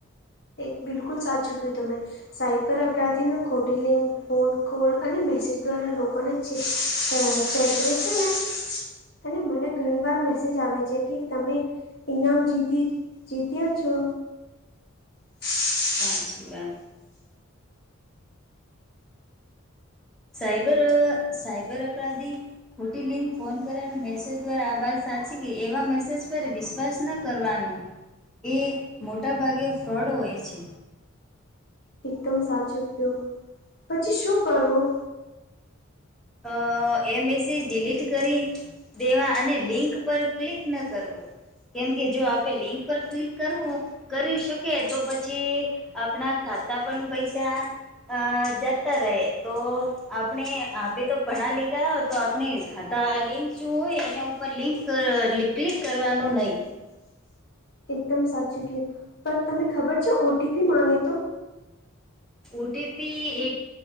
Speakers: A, on the left (about 50°); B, in the centre.
A: એ બિલકુલ સાચું કીધું તમે. સાયબર અપરાધી ન ખોટી લિંક ફોન કૉલ અને મેસેજ દ્વારા લોકોને હા ચૈત્રી છે ને અને મને ઘણી વાર મેસેજ આવે છે કે તમે ઇનામ જીતી જીત્યા છો. <inaudible>
B: સાચી વાત. સાઈબર સાઈબર અપરાધી ખોટી લિંક ફોન કરે અને મેસેજ દ્વારા આ વાત સાચી કે એવા મેસેજ પર વિશ વિશ્વાસ ન કરવાનો એ મોટાભાગે ફ્રોડ હોય છે.
A: એકદમ સાચું કયું પછી શું કરવું?
B: અ એ મેસેજ ડિલીટ કરી દેવા અને લિંક પર ક્લિક ન કરવું. કેમ કે જો આપે લિંક પર ક્લિક કરવું હો કરી શકે તો પછી આપણા ખાતા પણ પૈસા હા જતા રહે તો આપણે આ એતો તો ભણા લીખા તો આપણે ખાતા લિંક જો હોય એના ઉપર લિંક ક્લ કરવાનું નઈ.
A: એકદમ સાચું કીધું. પર તમે ખબર છે ઓટીપી માંગે તો
B: ઓ ટી પી એ